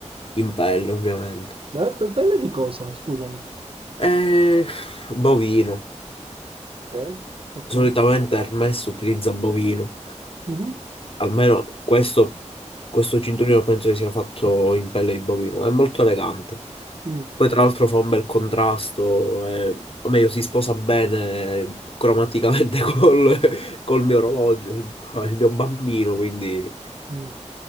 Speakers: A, on the left (about 50°); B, on the right (about 50°).
A: in pelle ovviamente.
B: Ma in pelle di cosa? Scusami.
A: E bovino,
B: Ok, ok.
A: solitamente Hermes utilizza bovino.
B: Mhm.
A: Almeno questo, questo cinturino penso che sia fatto in pelle di bovino, è molto elegante.
B: Mh,
A: Poi tra l'altro fa un bel contrasto, eh, o meglio si sposa bene cromaticamente <laughs> col, col mio orologio, il, il mio bambino, quindi
B: mh.